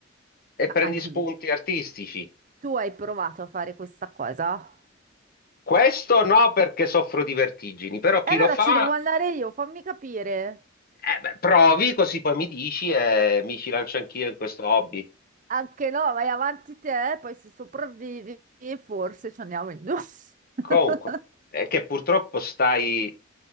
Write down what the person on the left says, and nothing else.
e
prendi
spunti
artistici.
Questo no perché soffro di vertigini, però chi
lo fa,
eh, beh, provi così poi mi dici e mi ci lancio anch'io in questo hobby.
Comunque, è che purtroppo stai,